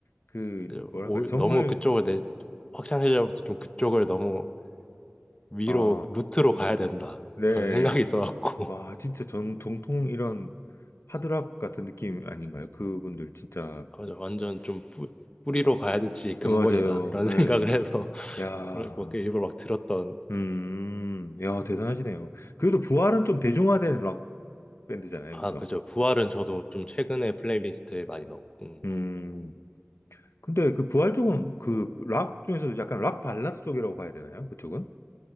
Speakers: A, on the left; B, on the left.
A: 그
B: 그래서
A: 뭐랄까
B: 오-
A: 정말
B: 너무 그쪽을 내 확장세자부터 좀 그쪽을 너무 위로
A: 아
B: 루트로
A: 음,
B: 가야 된다
A: 네.
B: 그런 생각이 있어갖고
A: 와, 진짜 정, 정통 이런 하드락 같은 느낌 아닌가요? 그분들 진짜
B: <laughs> 맞아, 완전 좀 뿌, 뿌리로 가야 되지 근본이다
A: 어, 맞아요.
B: 이런
A: 예.
B: 생각을 해서 <laughs>
A: 야.
B: 그걸 막 일부러 막 들었던
A: 음. 야, 대단하시네요. 그래도 부활은 좀 대중화된 락 밴드잖아요.
B: 아
A: 그죠?
B: 그죠 부활은 저도 좀 최근에 플레이리스트에 많이 넣었고
A: 음. 근데 그 부활 쪽은 그 락 중에서도 약간 락 발라드 쪽이라고 봐야 되나요? 그쪽은?